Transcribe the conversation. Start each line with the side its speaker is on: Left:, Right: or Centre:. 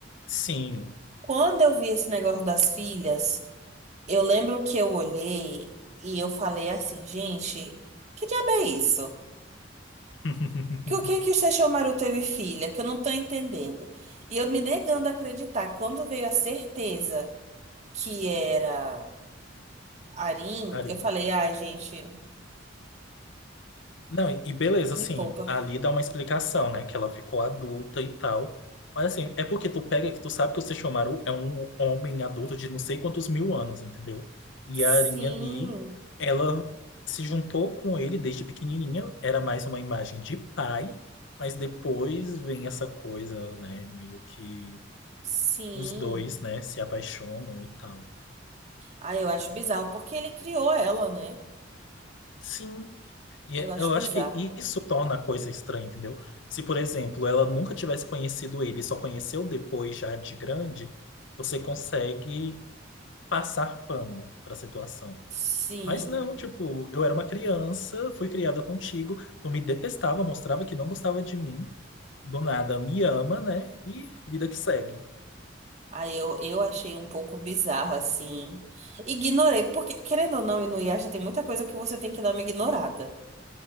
Left: Sim.
Right: Quando eu vi esse negócio das filhas, eu lembro que eu olhei e eu falei assim, gente, que diabo é isso?
Left: <laughs>
Right: Que o que que o Sesshomaru teve filha? Que eu não tô entendendo. E eu me negando a acreditar. Quando veio a certeza que era Arin,
Left: Darin.
Right: eu falei, ai, gente,
Left: Não, e e beleza,
Right: me
Left: assim,
Right: poupa.
Left: ali dá uma explicação, né? Que ela ficou adulta e tal. Mas assim, é porque tu pega que tu sabe que o Sesshomaru é um homem adulto de não sei quantos mil anos, entendeu? E a
Right: Sim,
Left: Arinha ali, ela se juntou com ele desde pequenininha, era mais uma imagem de pai, mas depois vem essa coisa, né? Meio que
Right: sim.
Left: os dois, né, se apaixonam e tal.
Right: Ah, eu acho bizarro, porque ele criou ela, né?
Left: Sim, E
Right: Eu
Left: é-
Right: acho
Left: eu
Right: bizarro.
Left: acho que isso torna a coisa estranha, entendeu? Se, por exemplo, ela nunca tivesse conhecido ele, só conheceu depois já de grande, você consegue passar pano para a situação.
Right: Sim.
Left: Mas não, tipo, eu era uma criança, fui criada contigo, tu me detestava, mostrava que não gostava de mim, do nada me ama, né? E vida que segue.
Right: Aí eu, eu achei um pouco bizarro, assim. Ignorei, porque, querendo ou não, e no Inuyasha tem muita coisa que você tem que dar uma ignorada.